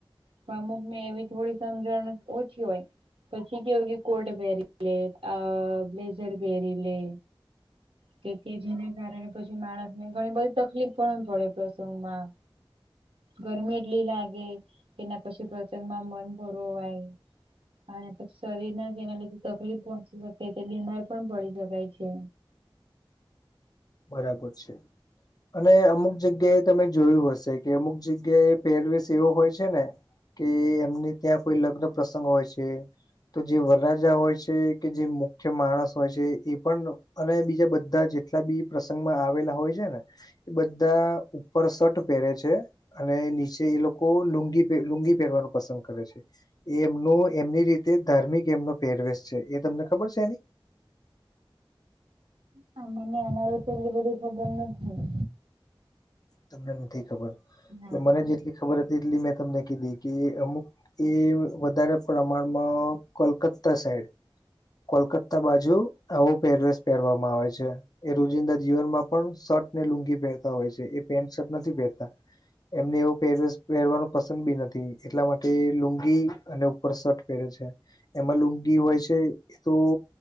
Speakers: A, on the right (about 85°); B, on the left (about 45°).
A: પણ‌ અમુક ને એવી થોડી સમજણ ઓછી હોય. પછી કેવું કે કોટ પહેરી લે આ બ્લેઝર પહેરી લે. કે કે જેના કારણે પછી માણસને ઘણી બધી તકલીફ પણ પડે પ્રસંગમાં ગરમી એટલી લાગે એના પછી પ્રસંગ માં મન પુરવાય. અને પછી શરીર ના જેના લીધે તકલીફ પહોંચી શકે છે બીમાર પણ પડી શકાય છે.
B: બરાબર છે.
A: <unintelligible>
B: અને અમુક જગ્યાએ તમે જોયું હશે કે અમુક જગ્યાએ એ પેરવેશ એવો હોય છે ને. કે એમને ત્યાં કોઈ લગ્ન પ્રસંગ હોય છે. તો જે વરરાજા હોય છે કે જે મુખ્ય માણસ હોય છે એ પણ અને બીજા બધા જેટલા બી પ્રસંગમાં આવેલા હોય છે ને એ બધા ઉપર શર્ટ પહેરે છે. અને નીચે એ લોકો લુંગી, લુંગી પહેરવાનું પસંદ કરે છે. એ એમનું એમની રીતે ધાર્મિક એમનો પેરવેશ છે. એ તમને ખબર છે એની?
A: હ મને અમારે છે એલી બધી ખબર નથી.
B: તમને નથી ખબર
A: હા
B: મને જેટલી ખબર હતી એટલી મેં તમને કીધી કે અમુક એ વધારે પ્રમાણમાં કોલકતા સાઈડ કોલકતા બાજુ આવો પેરવેસ પહેરવામાં આવે છે. એ રોજિંદા જીવનમાં પણ શર્ટ ને લુંગી પહેરતા હોય છે એ પેન્ટ શર્ટ નથી પહેરતા. એમને એવો પહેર પહેરવાનો પસંદ બી નથી એટલા માટે લુંગી અને ઉપર શર્ટ પહેરે છે. એમાં લુંગી હોય છે એ તો